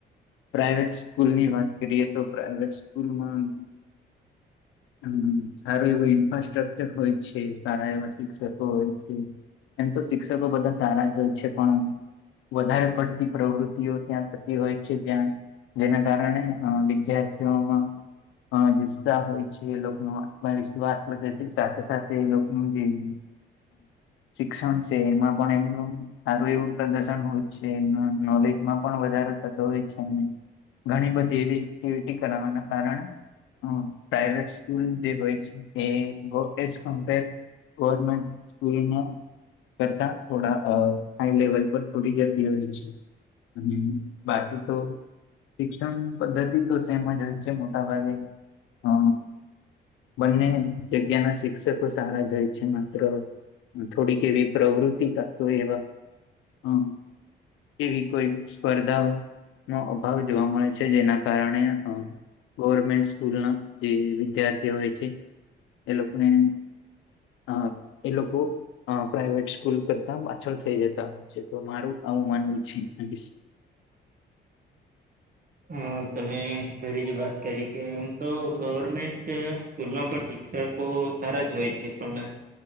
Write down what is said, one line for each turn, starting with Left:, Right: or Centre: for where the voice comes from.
Left: પ્રાઇવેટ સ્કૂલની વાત કરીએ તો પ્રાઇવેટ સ્કૂલમાં
Right: <inaudible>
Left: હમ સારું એવું ઇન્ફ્રાસ્ટ્રક્ચર હોય છે સારા એવા શિક્ષકો હોય છે. એમ તો શિક્ષકો બધા સારા જ હોય છે પણ વધારે પડતી પ્રવૃતિઓ ત્યાં થતી હોય છે ધ્યાન જેના કારણે અ વિદ્યાર્થીઓમાં અ જુસ્સાહ હોય છે લોકોનો આત્મવિશ્વાસ પણ છે સાથે સાથે લોકોનુંભી
Right: <unintelligible>
Left: શિક્ષણ છે એમાં પણ એમનું સારું એવું પ્રદર્શન હોય છે એમ નોલેજમાં પણ વધારો થતો છે ઘણી બધી એવી એક્ટિવિટી કરવાના કારણે હ પ્રાઈટ સ્કૂલ જે હોય છે એ એ કમપર ગવર્મેન્ટ સ્કૂલને કરતા થોડા હાઈ લેવલ પર થોડી જર્દી હોએ છેી. અને બાકી તો શિક્ષણ પદ્ધતિ તો સેમ જ હોય છે મોટાભાગે. હઅ બંને જગ્યા ના શિક્ષકો સારા જાય છે માત્ર થોડીક એવી પ્રવૃત્તિ કરતો એવ હઅ એવી કોઈ સ્પર્ધા નો અભાવ જોવા મળે છે જેના કારણે અ ગોવર્મેન્ટ સ્કૂલના જે વિદ્યાર્થી હોય છે એ લોકને હા એ લોકો હઅ પ્રાઈવેટ સ્કૂલ કરતા પાછળ થઈ જતા હોય છે તો મારું આવું માનવું છી <unintelligible>
Right: હમ્મ, તમે ખરી જ વાત કરી કે એમ તો ગવર્મેન્ટ સ્કૂલમાં પણ શિક્ષકો સારા જ હોય છે પણ